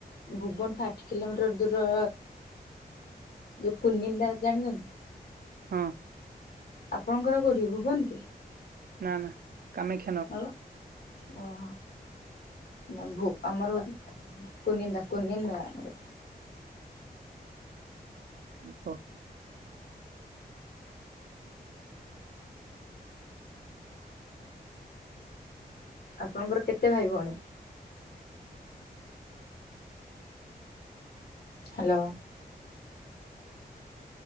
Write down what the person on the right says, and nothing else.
ହଁ।
ନାଁ ନାଁ କାମାକ୍ଷୀ
ହ।